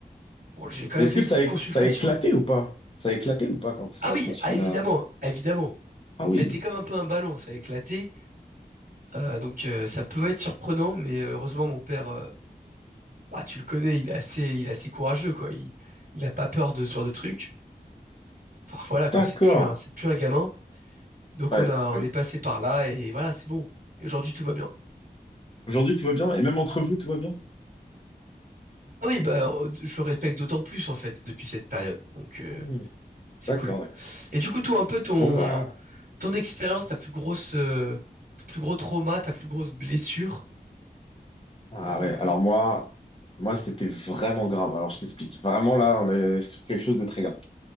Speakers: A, on the right; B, on the left.
A: bon, j'ai quand même
B: Mais est-ce
A: fait
B: que
A: une
B: ça
A: petite
B: a,
A: consultation.
B: ça a éclaté ou pas? Ça a éclaté ou pas quand, ça-
A: Ah oui,
B: quand
A: ah
B: il
A: évidemment,
B: l'a.
A: ah, évidemment.
B: Ah
A: Ça
B: oui,
A: a été comme un peu un ballon, ça a éclaté. Euh, donc euh, ça pouvait être surprenant, mais euh, heureusement mon père euh, bah, tu le connais, il est assez, il est assez courageux, quoi. Il, il a pas peur de ce genre de truc. Enfin, voilà, quoi.
B: d'accord.
A: C'est plus un, c'est plus un gamin. Donc,
B: Ouais,
A: on a, on
B: bah oui.
A: est passé par là et voilà, c'est bon. Et aujourd'hui, tout va bien.
B: Aujourd'hui, tout va bien? Et même entre vous, tout va bien?
A: Ah oui, bah, euh, je le respecte d'autant plus, en fait, depuis cette période. Donc, euh,
B: Hmm,
A: c'est
B: d'accord,
A: cool.
B: d'accord.
A: Et du coup, toi, un peu ton,
B: Bon, bah.
A: ton expérience, ta plus grosse, euh, ton plus gros trauma, ta plus grosse blessure.
B: Ah
A: Euh,
B: ouais, alors moi, moi, c'était vraiment grave. Alors, je t'explique. Vraiment, là, on est sur quelque chose de très grave.